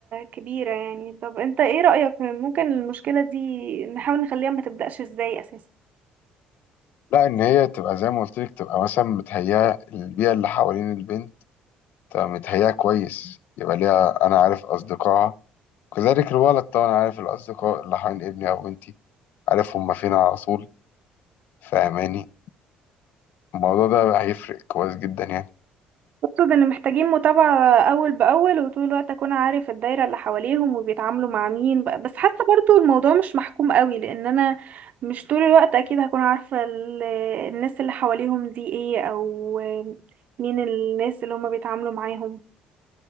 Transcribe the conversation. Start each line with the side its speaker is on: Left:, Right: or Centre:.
Right: كبيرة يعني طب انت ايه رأيك ممكن المشكلة دي نحاول نخليها ما تبدأش ازاي اساسا
Left: لا إن هي تبقى زي ما قلت لك تبقى مثلا متهيئة البيئة اللي حوالين البنت طب متهيأ كويس يبقى ليها أنا عارف أصدقائها كذلك الولد طبعا عارف الأصدقاء اللي حوالين ابني أو بنتي عارف هما فين على طول فاهماني الموضوع ده هيفرق كويس جدا يعني
Right: اقصد ان محتاجين متابعة اول باول وطول الوقت اكون عارف الدايرة اللي حواليهم وبيتعاملوا مع مين ب- بس حاسة برضو الموضوع مش محكوم قوي لان انا مش طول الوقت اكيد هكون عارفة ال- الناس اللي حواليهم دي ايه او مين الناس اللي هما بيتعاملوا معاهم